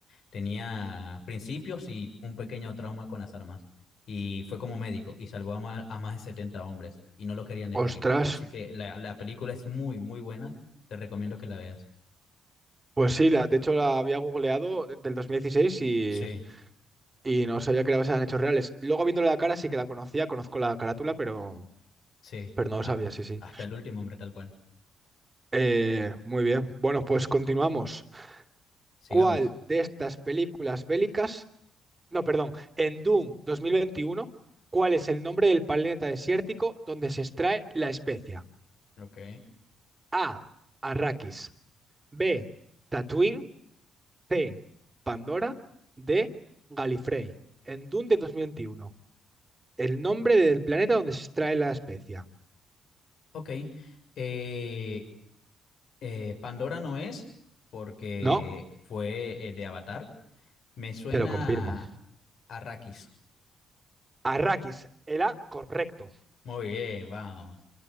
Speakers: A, on the left; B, on the right.
A: tenía principios y un pequeño trauma con las armas y fue como médico y salvó a más, a más de 70 hombres y no lo querían dejar
B: Ostras.
A: ir. Así que la, la película es muy, muy buena. Te recomiendo que la veas.
B: Pues sí, la, de hecho la había googleado del 2016 y
A: Sí,
B: y no sabía que eran hechos reales. Luego viéndole la cara sí que la conocía, conozco la carátula, pero,
A: sí.
B: pero no
A: Has-
B: lo sabía, sí, sí.
A: Hasta, el último hombre, tal cual.
B: Eh, muy bien, bueno, pues continuamos.
A: Sigamos.
B: ¿Cuál de estas películas bélicas, no, perdón, en Doom 2021, cuál es el nombre del planeta desértico donde se extrae la especia?
A: Ok.
B: A, Arrakis, B, Tatooine, C, Pandora, D, Galifrey. En Dune de 2021, el nombre del planeta donde se extrae la especia.
A: Ok. Eh, eh, Pandora no es porque
B: No,
A: fue eh, de Avatar. Me suena
B: Te lo confirmo.
A: a Arrakis.
B: Arrakis, el A correcto.
A: Muy bien, vamos.